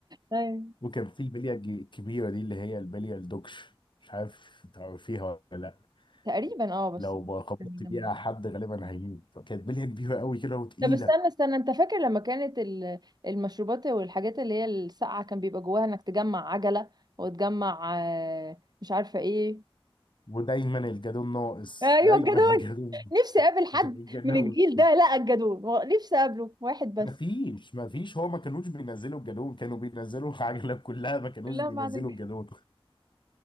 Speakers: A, on the right; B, on the left.
A: ايوه
B: وكان في البليه الج- الكبيره دي اللي هي البليه الدوكش مش عارف تعرفيها ولا لا
A: تقريبا اه بس
B: لو خبطت
A: يعني لما
B: بيها حد غالبا هيموت كانت بليه كبيره قوي كده وتقيله
A: طب استنى استنى انت فاكر لما كانت ال- المشروبات والحاجات اللي هي الساقعة كان بيبقى جواها انك تجمع عجلة وتجمع آه، مش عارفة ايه
B: ودايما الجدون ناقص
A: ايوه
B: دايما
A: الجدون
B: الجدون
A: <laughs> نفسي
B: <laughs>
A: اقابل حد
B: الجدون
A: من الجيل ده لا الجدون و- نفسي اقابله واحد بس
B: مفيش مفيش هو ما كانوش بينزلوا الجالون كانوا بينزلوا <laughs> العجلة كلها ما كانوش
A: كلها
B: بينزلوا
A: ما عدا الجدون.
B: الجالون